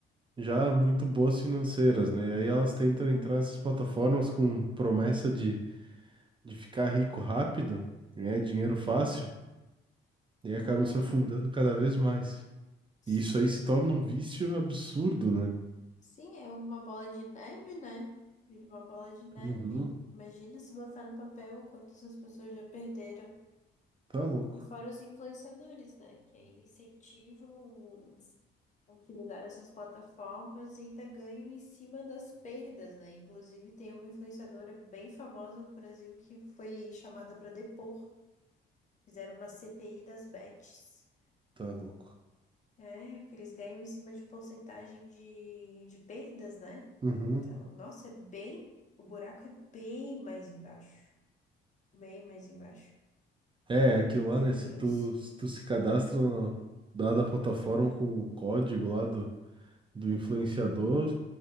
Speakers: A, on the right; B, on the left.
A: já muito boas financeiras, né? E aí elas tentam
B: Uhum.
A: entrar nessas plataformas com promessa de, de ficar rico rápido, ganhar dinheiro fácil, e acabam
B: É,
A: se afundando cada vez mais.
B: sim.
A: E isso aí se torna um vício absurdo, né?
B: Sim, é uma bola de neve, né? Vira uma bola de neve.
A: Uhum.
B: Imagina se botar no papel o quanto essas pessoas já perderam.
A: Tá louco,
B: E fora os influenciadores, né? Que ainda incentivam a utilizar essas plataformas e ainda ganham em cima das perdas, né? Inclusive, tem uma influenciadora bem famosa no Brasil que foi chamada para depor. Fizeram uma CPI das bets.
A: tá louco.
B: É, porque eles ganham em cima de porcentagem de, de perdas, né?
A: Uhum.
B: Então, nossa, é bem. O buraco é bem mais embaixo. Bem mais embaixo.
A: É, aquilo lá,
B: Tenebroso.
A: né? Se tu se, tu se cadastra na dada a plataforma com o código lá do, do influenciador,